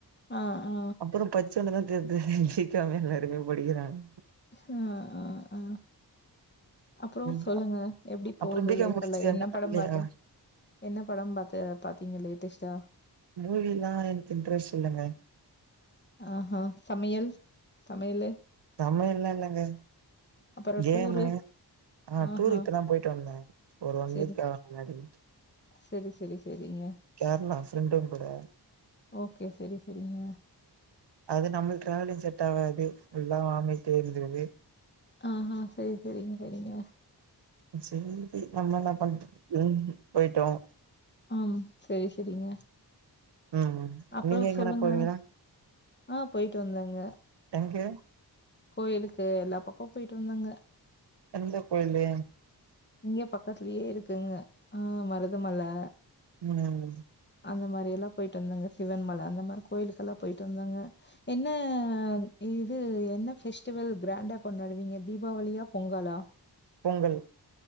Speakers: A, on the left (about 25°); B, on the right (about 75°).
A: ஆ ஆ
B: அப்றோ படிச்சவுனே தா தெரியுது பிகாம் எல்லாருமே படிக்கிறாங்கனு
A: ஹ ஆ ஆ அப்ற
B: ம்
A: சொல்லுங்க எப்டி
B: அப்புறோ
A: போது
B: பி காம்
A: லைஃப்ல்லா
B: முடிச்சு
A: என்ன
B: பண்லையா
A: படம் பாத்த என்ன படம் பாத்த பாத்தீங்க லேட்டஸ்ட்டா
B: மூவிலா எனக்கு இன்ட்ரெஸ்ட் இல்லங்க
A: ஆஹா சமையல் சமையலு
B: சமையல்லா இல்லங்க
A: அப்ற
B: கேமு
A: டூரு
B: ஆ
A: ஆஹா
B: டூர் இப்பதா போய்ட்டு வந்த ஒரு ஒன்
A: செரி
B: வீக்கா முன்னாடி
A: செரி செரி செரிங்க
B: கேரளா ஃப்ரெண்டுங் கூட
A: ஓகே செரி செரிங்க
B: அது நம்ளுக்கு ட்ராவலிங் செட் ஆவாது ஃபுல்லா வாமிட் இருந்துது
A: ஆஹா சரி சரி சரிங்க
B: செரி நம்ம என்னா பண்றது <inaudible> போய்ட்டு வாங்க
A: ஆம் செரி செரிங்க
B: ம்
A: அப்ற
B: நீங்க எங்கனா
A: சொல்லுங்க
B: போவீங்களா
A: ஆ போய்ட்டு வந்தங்க
B: எங்க
A: கோயிலுக்கு எல்லா பக்க போய்ட்டு வந்தங்க
B: எந்த கோயிலு
A: இங்க பக்கதுலயே இருக்குங்க ஆ மருதமலை
B: மூனேமூணு
A: அந்த மாரியல்லா போய்ட்டு வந்தங்க சிவன்மலை அந்த மாரி கோயிலுக்கெல்லா போய்ட்டு வந்தங்க என்ன இது எந்த ஃபெஸ்டிவல் கிராண்டா கொண்டாடுவீங்க தீபாவளியா பொங்கலா
B: பொங்கல்